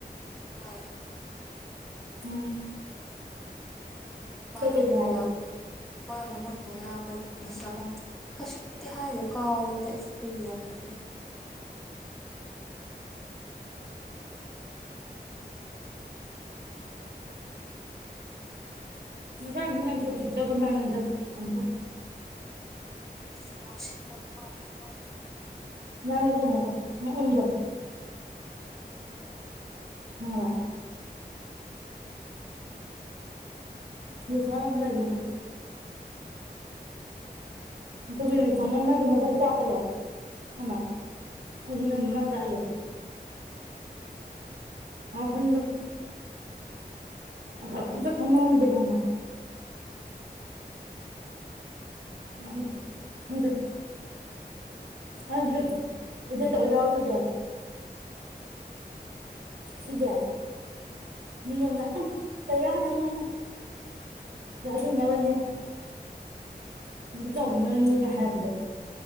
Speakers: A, in the centre; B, on the right.
A: ꯍꯣꯏ
B: ꯎꯝ
A: ꯃꯥꯅ
B: ꯀꯩꯀꯩꯗ
A: ꯃꯣꯏ
B: ꯍꯥꯏꯒꯦ
A: ꯃꯌꯥꯝ ꯃꯥꯅ ꯃꯣꯏ ꯃꯌꯥꯝꯕꯒꯤ ꯃꯤꯁꯂ ꯈꯪꯗꯦ ꯀꯩꯁꯨꯝꯕꯨꯗꯤ ꯍꯥꯏꯗꯣ ꯀꯥꯎꯔꯦꯗ ꯑꯩꯁꯨ ꯀꯨꯏꯔꯕꯅꯤꯅ
B: ꯍꯤꯡꯖꯥꯡꯅꯤꯉꯥꯢ ꯑꯝꯇ ꯎꯁꯤꯠꯇꯕ ꯃꯥꯜꯂꯤꯗ ꯑꯝꯇ
A: ꯉꯥꯎꯁꯤꯟꯅꯕ ꯃꯥꯜꯂꯦ ꯅꯪ
B: ꯃꯒꯤ ꯀꯩꯅꯣꯗꯣ ꯅꯪ ꯏꯔꯣ ꯈꯪꯉꯥꯕ ꯌꯨ ꯇꯛꯑ ꯑꯗꯨꯝ ꯂꯩꯕꯅꯤꯗ ꯃꯀꯣꯛꯇꯣ ꯑꯣꯢꯅ ꯆꯥꯎꯃꯟꯗꯅ ꯃꯀꯣꯛ ꯆꯥꯛꯄꯗꯣ ꯈꯪꯕ ꯑꯗꯨꯅꯦꯕ ꯃꯥ ꯆꯥꯛꯢꯗꯣ ꯑꯥꯎ ꯈꯨꯟꯂꯛ ꯑꯐꯕ ꯑꯝꯇ ꯈꯟꯕ ꯉꯝꯗꯦ ꯈꯪꯕ꯭ꯔꯥ ꯑꯝ ꯈꯪꯗ꯭ꯔꯦ ꯑꯩꯗꯤ ꯑꯗꯨꯗ ꯑꯣꯖꯥ ꯑꯣꯢꯕꯖꯦ ꯁꯤꯖꯦ ꯃꯤ ꯑꯃꯅ ꯎꯝ ꯀꯩ ꯀꯥꯟꯅꯕꯅꯣꯍꯦ ꯄꯩꯁꯥ ꯁꯤꯡꯅꯕꯅꯤ ꯏꯗꯤꯠ ꯇꯧꯕꯅꯅꯤ ꯀꯥꯢ ꯍꯥꯏꯔꯛꯄꯁꯦ